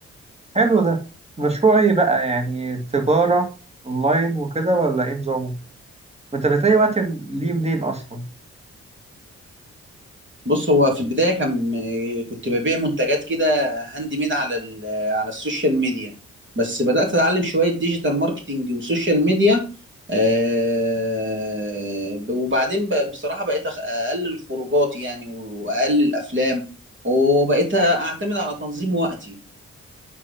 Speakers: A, on the right; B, on the right.
A: حلو ده مشروع إيه بقى يعني تجارة أونلاين وكده ولا إيه نظامه؟ وأنت بتلاقي وقت ليه منين أصلا؟
B: بص هو في البداية كان كنت ببيع منتجات كده هاند ميد على ال- على السوشيال ميديا بس بدأت أتعلم شوية ديجيتال ماركتينج وسوشيال ميديا آه، ب- وبعدين ب- بصراحة بقيت أخ- أقلل خروجاتي يعني وأقلل أفلام وبقيت أعتمد على تنظيم وقتي